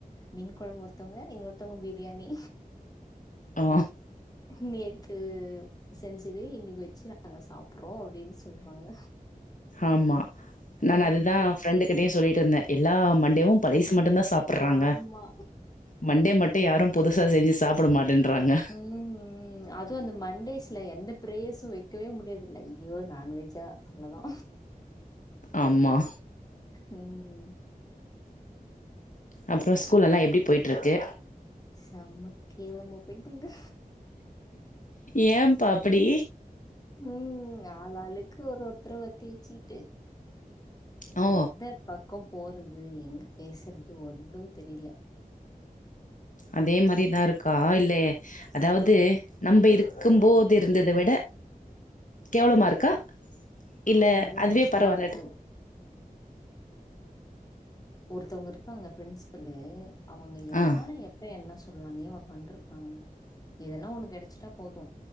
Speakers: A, on the left; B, on the left.
A: மீன் கொழம்பு ஒருத்தவங்க, இன்னொருத்தவங்க பிரியாணி
B: ஆ
A: நேத்து செஞ்சது இன்னைக்கு வச்சு நாங்க சாப்புட்றோ அப்டின்னு சொல்றாங்க
B: ஆமா
A: ம்.
B: நானு அதுதா ஃப்ரெண்டுகிட்டயு சொல்லிட்டு இருந்தே எல்லா மண்டேவு பழசு
A: ம்.
B: மட்டுந்தா சாப்புட்றாங்க
A: ஆமா.
B: மண்டே மட்டு யாரு புதுசா செஞ்சு சாப்பிட மாட்டேன்றாங்க
A: ம் ம் அதுவு அந்த மண்டேஸ்ல எந்த பிரேயர்ஸு வெக்கவே முடியாதுல ஐயோ நான்வெஜ்ஜா அவ்ளதா
B: ஆமா
A: ம் ம்
B: அப்றோ ஸ்கூலெல்லா எப்டி போய்ட்ருக்கு
A: செம்ம கேவலம்மா போய்ட்ருக்கு
B: ஏ பா அப்படி
A: ம் ஆலாளுக்கு ஒரு ஒருத்தர வத்தி வச்சிகிட்டு
B: ஓ!
A: எந்த பக்கோ போறது எங்க பேசுறது ஒன்னு தெரியில
B: அதே மாரிதா இருக்கா இல்ல
A: அதுதான்
B: அதாவது நம்ப இருக்குபோது இருந்தத விட கேவலமா இருக்கா இல்ல
A: அத விட
B: அதுவே
A: மோசமா
B: பரவால்லட்ரு
A: இருக்கு. ஒருத்தங்க இருக்காங்க பிரின்ஸ்பல்லு அவுங்க யாரு
B: ஆ.
A: எப்ப என்ன சொ <unintelligible> பன்ட்ருக்காங்க எதனா ஒன்னு கெடச்சிட்டா போது